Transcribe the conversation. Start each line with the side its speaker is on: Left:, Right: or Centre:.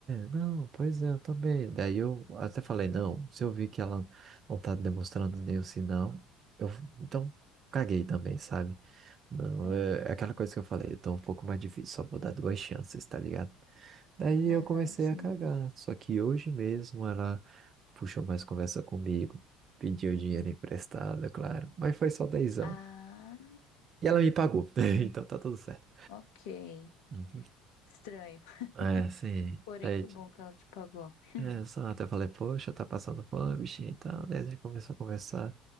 Right: não, pois é, eu também. Daí eu até falei, não, se eu vi que ela não tá demonstrando nenhum sinal, eu então caguei também, sabe? Não,
Left: Ah,
Right: é, é aquela coisa que eu falei, então um pouco mais difícil, só vou dar duas chances, tá ligado? Daí
Left: Aham,
Right: eu comecei
Left: sim.
Right: a cagar, só que hoje mesmo ela puxou mais conversa comigo, pediu dinheiro emprestado, é claro, mas foi só dezão.
Left: Ah,
Right: E ela me pagou, <laughs> então tá tudo certo.
Left: ok.
Right: Uhum.
Left: Estranho. <laughs>
Right: É, sim.
Left: Porém,
Right: É,
Left: que bom que ela te pagou. Hum,
Right: É, exato. Eu falei, poxa, tá passando fome, bichinha e tal. Daí a gente começou a conversar.